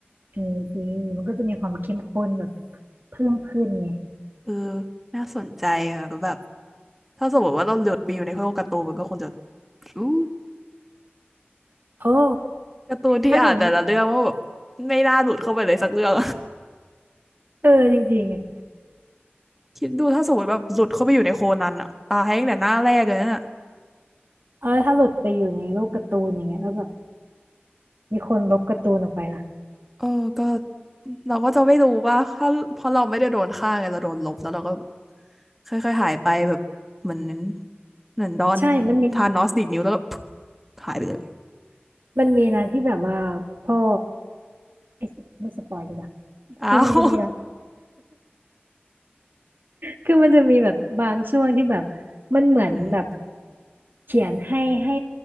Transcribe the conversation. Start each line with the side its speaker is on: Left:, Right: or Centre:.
Right: เออซีรีส์มันก็จะมีความเข้มข้นแบบเพิ่มขึ้นไง
Centre: เออน่าสนใจอ่ะก็แบบถ้าสมมติว่าเราหลุดไปอยู่ในโลกการ์ตูนมันก็คงจะอู้
Right: โอ้
Centre: การ์ตูนที่อ่านแต่ละเรื่องว่าแบบ
Right: ถ้าสมมติ
Centre: ไม่น่าหลุดเข้าไปเลยสักเรื่อง
Right: เออจริงๆไง
Centre: คิดดูถ้าสมมติแบบหลุดเข้าไปอยู่ในโคนันอะตายตั้งแต่หน้าแรกเลยนั่นอะ
Right: เออถ้าหลุดไปอยู่ในโลกการ์ตูนอย่างเงี้ยแล้วแบบมีคนลบการ์ตูนออกไปล่ะ
Centre: เออก็เราก็จะไม่รู้ว่าถ้าเพราะเราไม่ได้โดนฆ่าไงเราโดนลบแล้วเราก็ค่อยๆหายไปแบบเหมือนเหมือนดอน
Right: ใช่มันมี
Centre: ทานอสดีดนิ้วแล้วก็ <tsk> พึกหายไปเลย
Right: มันมีนะที่แบบว่าพ่อเอ้ยไม่สปอยดีกว่า
Centre: อ้าว
Right: คือมันจะมีนะ คือมันจะมีแบบบางช่วงที่แบบมันเหมือนแบบ
Centre: อืม
Right: เขียนให้ให้